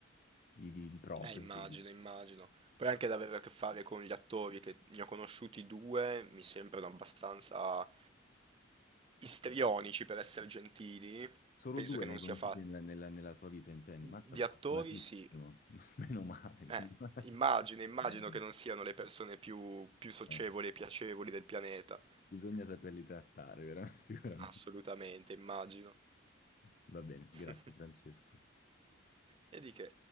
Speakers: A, on the left; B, on the right.
A: di- di- di proprio.
B: Eh, immagino,
A: di-
B: immagino. Poi anche ad avere a che fare con gli attori, che ne ho conosciuti due, mi sembrano abbastanza istrionici per essere gentili.
A: Solo
B: Penso
A: due
B: che non
A: ne hai conosciuti
B: sia fa...
A: nella, nella- nella tua vita, intendi? Mazza,
B: Di
A: fortunatissimo.
B: attori, sì.
A: <laughs> Meno male, meno
B: Eh,
A: male.
B: immagino, immagino
A: <laughs>
B: che non siano le persone più, più socievoli
A: Eh,
B: e piacevoli del pianeta.
A: bisogna saperli trattare, veramente, <laughs> sicuramente.
B: Assolutamente, immagino.
A: Va bene, grazie
B: <laughs>
A: Francesco.
B: E di che?